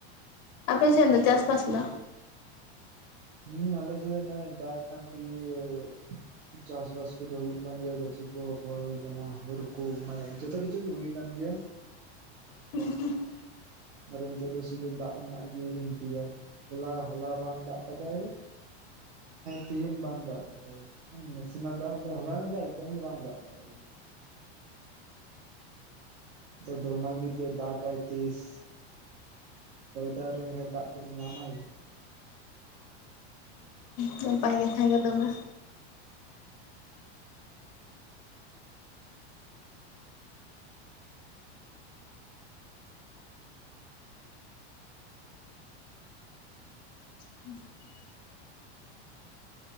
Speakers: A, on the left (about 40°); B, on the right (about 75°).
A: ᱟᱯᱮ ᱥᱮᱫ ᱫᱚ ᱪᱟᱥ ᱵᱟᱥ ᱫᱚ
B: ᱦᱮᱸ ᱟᱞᱮᱥᱮᱫ ᱫᱚ ᱱᱚᱭ ᱫᱟᱜ ᱮ ᱠᱟᱱ <unintelligible> ᱪᱟᱥ ᱵᱟᱥ ᱠᱚᱫᱚ ᱦᱳᱭᱳᱜ ᱠᱟᱱ ᱜᱮᱭᱟ ᱜᱟᱪᱷᱤ ᱠᱚ ᱮᱯᱷᱚᱨ ᱦᱳᱭ ᱠᱟᱱᱟ ᱦᱳᱲᱳ ᱠᱚ ᱢᱟᱱᱮ ᱡᱚᱛᱚ ᱠᱤᱪᱷᱩ ᱜᱮ ᱦᱳᱭ ᱠᱟᱱ ᱜᱮᱭᱟ
A: ᱦᱮᱸ ᱦᱮᱸ <unintelligible>
B: ᱟᱨ ᱱᱤᱛᱳ ᱫᱚ ᱥᱩᱫᱷᱩ ᱫᱟᱜ ᱨᱮᱱᱟᱜ ᱜᱮ ᱤᱱᱛᱤᱡᱟᱨ ᱦᱚᱞᱟ ᱦᱚᱞᱟ ᱵᱟᱝ ᱫᱟᱜ ᱠᱟᱫᱟᱭ ᱛᱤᱦᱤᱧ ᱵᱟᱝ ᱫᱟᱜ ᱠᱟᱫᱟᱭ ᱱᱟᱥᱮᱱᱟᱜ ᱫᱟᱜ ᱫᱚ ᱦᱚᱞᱟᱱᱚᱜ ᱫᱚ ᱮᱠᱫᱚᱢ ᱜᱮ ᱵᱟᱝ ᱫᱟᱜ ᱠᱟᱫᱟᱭ ᱦᱤᱛᱚᱜ ᱫᱚ ᱚᱱᱟ ᱜᱮ ᱡᱮ ᱫᱟᱜᱟᱭ ᱛᱤᱥ ᱦᱚᱭ ᱫᱚ ᱟ. ᱣᱨᱤ <unintelligible> ᱠᱚᱫᱚ ᱧᱟᱢᱟᱭ
A: ᱩ ᱱᱟᱯᱟᱭ ᱠᱟᱛᱷᱟ ᱜᱮ ᱛᱚᱵᱮ <inaudible>